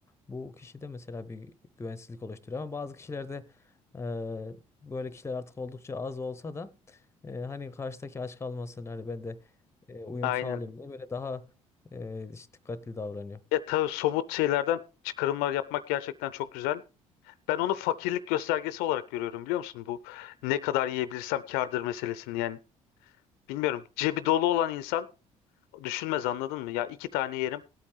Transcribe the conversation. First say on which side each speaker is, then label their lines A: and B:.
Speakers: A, on the left; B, on the left.
A: Bu kişide mesela bir güvensizlik oluşturuyor ama bazı kişilerde e, böyle kişiler artık oldukça az olsa da e, hani karşıdaki aç kalmasın hani ben de e, uyum
B: aynen.
A: sağlayayım diye böyle daha e, işte dikkatli davranıyor.
B: Ya tabii somut şeylerden çıkarımlar yapmak gerçekten çok güzel. Ben onu fakirlik göstergesi olarak görüyorum biliyor musun? Bu ne kadar yiyebilirsem kârdır meselesini yani. Bilmiyorum. Cebi dolu olan insan düşünmez anladın mı? Ya iki tane yerim,